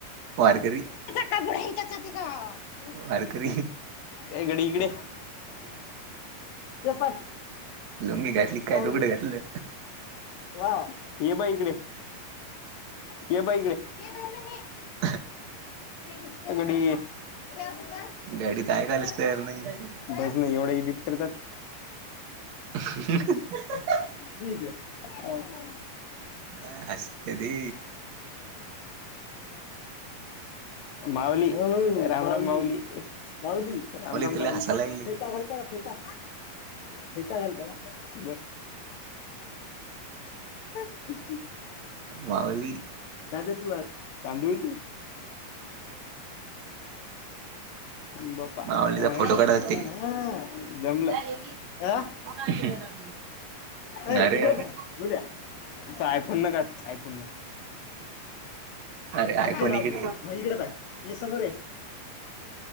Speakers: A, on the right (about 55°); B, on the left (about 80°).
A: वारकरी.
B: <unintelligible>
A: वारकरी.
B: ए गडी इकडे ते पाठ
A: लुंगी घातली काय?
B: पाहू
A: लुगडं
B: दे
A: घातलं.
B: वा! ये बाळ इकडे. येबाळ इकडे. हे धर ना हे
A: <inaudible>
B: <unintelligible>
A: गाडीत ऐकायलाच
B: धर असं
A: तयार नाही.
B: बस नाही. एवढं एडिट करतात.
A: <inaudible>
B: <unintelligible> हा
A: काय हसते ती.
B: माऊली. राम राम माऊली. माऊली राम राम
A: तुला
B: माऊली.
A: हसायला लागली
B: फेटा आहे का फेटा? फेटा आहे का? <unintelligible> <unintelligible>
A: माऊली
B: दादा तूलास तांदुळीच. बाप्पा
A: मावलीचा
B: हा
A: फोटो काढावं ते.
B: <unintelligible>
A: <inaudible>
B: अ ए
A: अरे
B: इकडे
A: अरे
B: पाह्य. तिच्या आयफोनन काढ. आयफोनन.
A: अरे आयफोन
B: ते राहू
A: इकडे
B: दे. इकडे काढ. ये समोर ये.